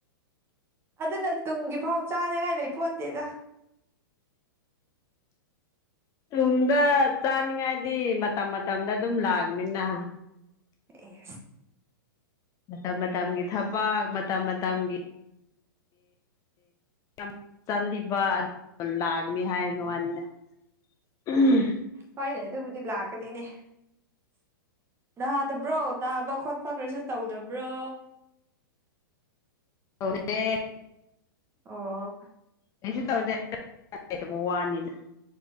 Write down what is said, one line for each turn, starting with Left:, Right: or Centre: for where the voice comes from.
Right: ꯑꯗꯨꯅ ꯇꯨꯡꯒꯤ ꯐꯥꯎ ꯆꯥꯅꯉꯥꯏ ꯂꯩ ꯐꯣꯟꯗꯦꯗ
Left: ꯇꯨꯡꯗ ꯆꯥꯅꯤꯡꯉꯥꯏꯗꯤ ꯃꯇꯝ ꯃꯇꯝꯗ ꯑꯗꯨꯝ ꯂꯥꯛꯑꯅꯤꯅ
Right: ꯑꯦ
Left: ꯃꯇꯝ ꯃꯇꯝꯒꯤ ꯊꯕꯥꯛ ꯃꯇꯝ ꯃꯇꯝꯒꯤ ꯌꯥꯝ ꯆꯠꯂꯤꯕ ꯑꯗꯨ ꯂꯥꯛꯅꯤ ꯍꯥꯏ ꯃ ꯋꯥꯟꯅ ꯎꯝ
Right: ꯍꯣꯏꯅꯦ ꯑꯗꯨꯕꯨꯗꯤ ꯂꯥꯛꯀꯅꯤꯅꯦ ꯅꯥꯗꯕ꯭ꯔꯣ ꯅꯥꯕ ꯈꯣꯠꯄ ꯀꯔꯤꯁꯨ ꯇꯧꯗꯕ꯭ꯔꯣ
Left: ꯍꯁꯦ
Right: ꯑꯣ
Left: ꯀꯩꯁꯨ ꯇꯧꯗꯦꯇꯕ ꯋꯥꯅꯤꯅ